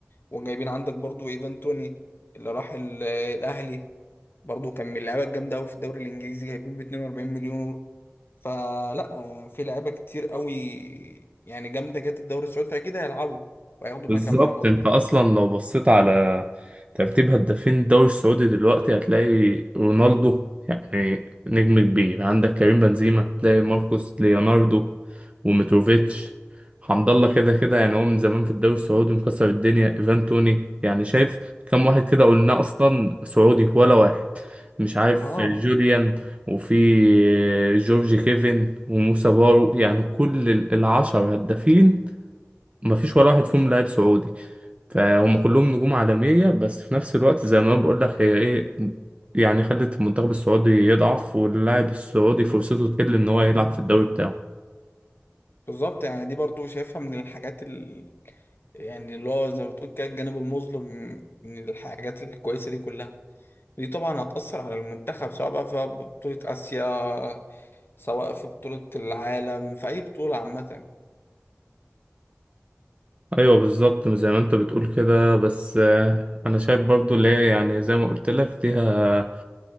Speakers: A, on the left; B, on the right.
A: وجايبين عندك برضو ايفان توني اللي راح ال- الاهلي برضو كان من اللعيبه الجامده قوي في الدوري الانجليزي جايبين ب 42 مليون يورو فلا آه، في لعيبه كتير قوي يعني جامده جت الدوري السعودي اكيد هيلعبوا وهياخدوا
B: بالظبط
A: مكانهم برضو
B: انت اصلا لو بصيت على ترتيب هدافين الدوري السعودي دلوقتي هتلاقي رونالدو يعني نجم كبير يعني عندك كريم بنزيما تلاقي ماركوس ليوناردو وميتروفيتش حمد الله كده كده يعني هو من زمان في الدوري السعودي مكسر الدنيا ايفان توني يعني شايف كم واحد كده قلنا اصلا سعودي ولا واحد مش عارف
A: اه
B: جوليان وفي جورج كيفن وموسى بارو يعني كل العشر هدافين مفيش ولا واحد فيهم لاعب سعودي فهم كلهم نجوم عالمية بس في نفس الوقت زي ما بقول لك هي ايه يعني خلت المنتخب السعودي يضعف واللاعب السعودي فرصته تقل ان هو يلعب في الدوري بتاعه
A: بالظبط يعني دي برضو شايفها من الحاجات ال... يعني اللي هو زي ما بتقول كده الجانب المظلم من الحاجات الكويسه دي كلها دي طبعا هتأثر على المنتخب سواء بقى في بطولة آسيا سواء في بطولة العالم في أي بطولة عامة
B: ايوه بالظبط زي ما انت بتقول كده بس آه، انا شايف برضو اللي هي يعني زي ما قلت لك ليها